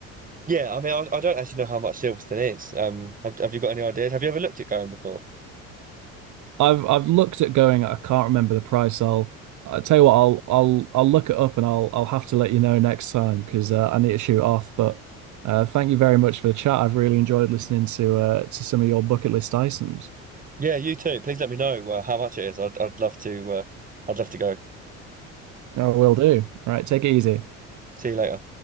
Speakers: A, on the right; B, on the right.
A: Yeah, I mean, I, I don't actually know how much Silverstone is. Um, have, have you got any ideas? Have you ever looked at going before?
B: I've I've looked at going. I can't remember the price. I'll I tell you what. I'll I'll I'll look it up and I'll I'll have to let you know next time because uh, I need to shoot off. But uh, thank you very much for the chat. I've really enjoyed listening to uh, to some of your bucket list items.
A: Yeah, you too. Please let me know uh, how much it is. I'd I'd love to uh, I'd love to go.
B: I will do. All right, take it easy.
A: See you later.